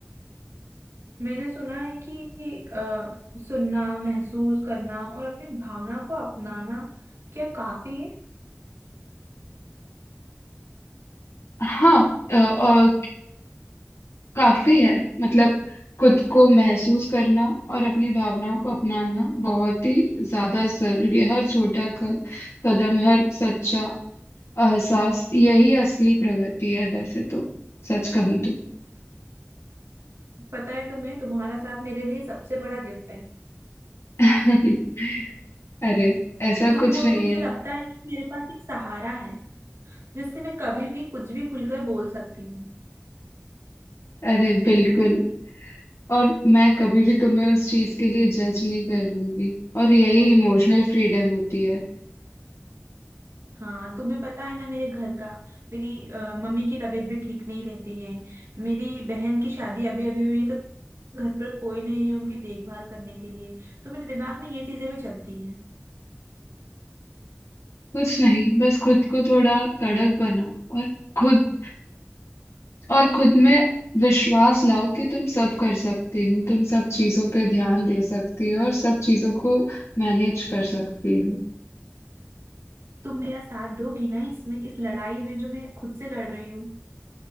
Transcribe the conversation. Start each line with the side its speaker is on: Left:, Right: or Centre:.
Right: मैंने सुना है कि अ, सुनना महसूस करना और अपनी भावना को अपनाना क्या काफी है
Left: हाँ अ, अ, काफी है मतलब खुद को महसूस करना और अपनी भावनाओं को अपनाना बहुत ही ज्यादा जरूरी है हर छोटा क- कदम हर सच्चा एहसास यही असली प्रगति है वैसे तो सच कहूँ तो।
Right: पता है तुम्हें तुम्हारा साथ मेरे लिए सबसे बड़ा गिफ्ट है
Left: <laughs> अरे ऐसा
Right: तुम
Left: कुछ
Right: हो
Left: नहीं
Right: तो मुझे
Left: है
Right: लगता है कि मेरे पास एक सहारा है जिससे मैं कभी भी कुछ भी खुलकर बोल सकती हूँ
Left: अरे बिल्कुल और मैं कभी भी तुम्हें उस चीज के लिए जज नहीं करूंगी और यही इमोशनल फ्रीडम होती है
Right: हाँ तुम्हें पता है ना मेरे घर का मेरी अ, मम्मी की तबीयत भी ठीक नहीं रहती है मेरी बहन की शादी अभी अभी हुई है तो घर पर कोई नहीं है उनकी देखभाल करने के लिए तो मेरे दिमाग में ये चीजें भी चलती हैं
Left: कुछ नहीं बस खुद को थोड़ा कड़क बनाओ और खुद और खुद में विश्वास लाओ कि तुम सब कर सकती हो तुम सब चीजों पे ध्यान दे सकती हो और सब चीजों को मैनेज कर सकती हो
Right: तुम मेरा साथ दोगी ना इसमें इस लड़ाई में जो मैं खुद से लड़ रही हूँ